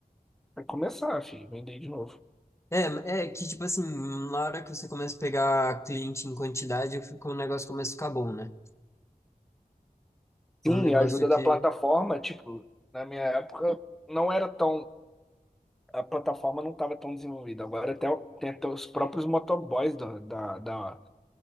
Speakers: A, in the centre; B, on the left.
A: Aí começar, filho, vender de novo.
B: É, é que, tipo assim, na hora que você começa a pegar cliente em quantidade, fica- o negócio começa a ficar bom, né? É
A: Sim,
B: um negócio
A: a ajuda da
B: que...
A: plataforma, tipo, na minha época não era tão. A plataforma não estava tão desenvolvida. Agora até, o- tem até os próprios motoboys do, da, da,